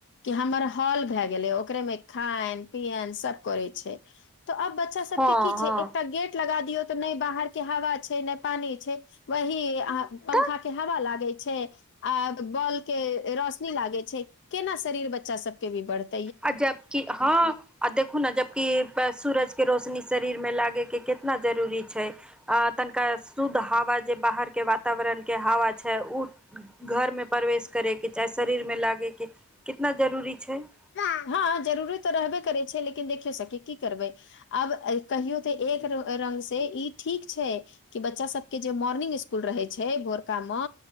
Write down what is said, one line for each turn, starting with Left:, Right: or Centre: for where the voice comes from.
Left: कि हमर हॉल भए गेलै ओकरे मे खाय पियन सब करै छै। तऽ अब बच्चा सबके
Centre: हँ
Left: की छै
Centre: हँ
Left: एकटा गेट लगा दियौ तऽ नई बाहर। के हवा छै ने पानी छै वही पंखा
Centre: तऽ
Left: के हवा लागे छै आ। बॉल के रोशनी लागे छै केना शरीर बच्चा सब के भ बढ़त।
Centre: आ जबक हँ आ देखू ने जबकि सूरज। <unintelligible> के रोशनी शरीर मे लागे के कितना जरूरी छै अ तनिका शुद्ध हवा जे बाहर के वातावरण के हवा छै उ घर मे प्रवेश करे के। चाहे शरीर मे लागेके। <unintelligible> कितना जरूरी छै। <unintelligible>
Left: हँ जरुररी तऽ रहबे करे छै लेकिन देखियौ सखी की करबै आब कहियो तऽ एक रंग से ई ठीक छै कि बच्चा सब के जे सुबह स्कुल रहे छै भोरका मे